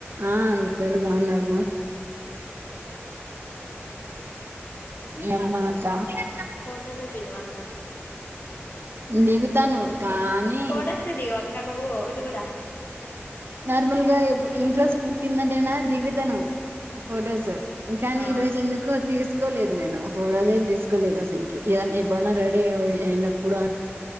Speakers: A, on the right; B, on the left.
A: అందరూ బాగునారుమ్మా <unintelligible> అమ్మా మాకా
B: <unintelligible>
A: నిగుతాను కానీ
B: ఫోటోస్ దిగవక్క నువ్వు ఒకటి కూడా
A: నార్మల్ గా ఇంట్రెస్ట్ పుట్టిందంటేనా దిగుతను ఫొటోస్ కాని
B: ఆ
A: ఈరోజు ఎందుకో తీసు తీసుకోలేదు నేను ఫోటోలే తీసుకోలేదు అసలుకి ఏదన్నా ఎప్పుడన్నా రెడీ అ అయినప్పుడు